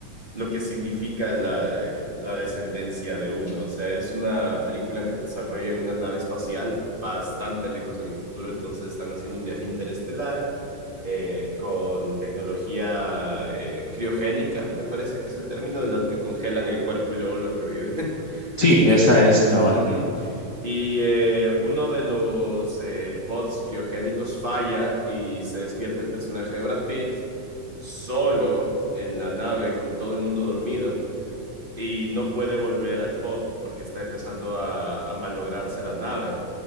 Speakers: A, on the right (about 15°); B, on the left (about 45°).
A: lo que significa la, la descendencia de uno. O sea, es una película que se desarrolla en una nave espacial bastante lejos en el futuro, entonces están haciendo un viaje interestelar eh, con tecnología eh, criogénica, me parece que es el término, de los que congelan el cuerpo y luego lo reviven, <laughs>
B: sí,
A: no estoy
B: esa
A: seguro.
B: es, cabal.
A: Ujú. Y eh, uno de los eh, pods criogénicos falla y se despierta el personaje de Brad Pitt solo en la nave con todo el mundo dormido y no puede volver al pod porque está empezando a, a malograrse la nave.